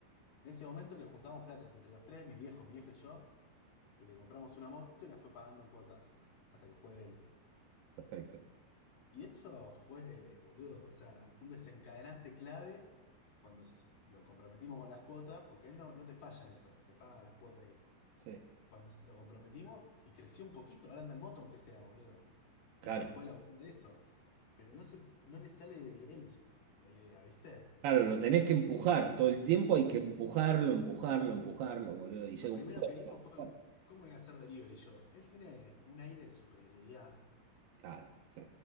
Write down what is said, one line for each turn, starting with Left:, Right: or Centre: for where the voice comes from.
Left: En ese momento le juntamos plata entre los tres, mi viejo, mi vieja y yo, y le compramos una moto y la fue pagando en cuotas, hasta que fue de él.
Right: Perfecto.
Left: Y eso fue, boludo, o sea, un desencadenante clave cuando s- lo comprometimos con las cuotas, porque él no, no te falla en eso, te paga las cuotas y eso.
Right: Sí.
Left: Cuando s- lo comprometimos y creció un poquito, ahora anda en moto aunque sea, boludo.
Right: Claro.
Left: Y la puede laburar de eso. Pero no se, no le sale de él la idea, ¿viste?
Right: Claro, lo tenés que empujar. Todo el tiempo hay que empujarlo, empujarlo, empujarlo, boludo. Y llega
Left: Lo primero
Right: un punto.
Left: que dijo fue, ¿cómo voy a hacer delivery yo? Él tiene un aire de superioridad,
Right: Claro, sí.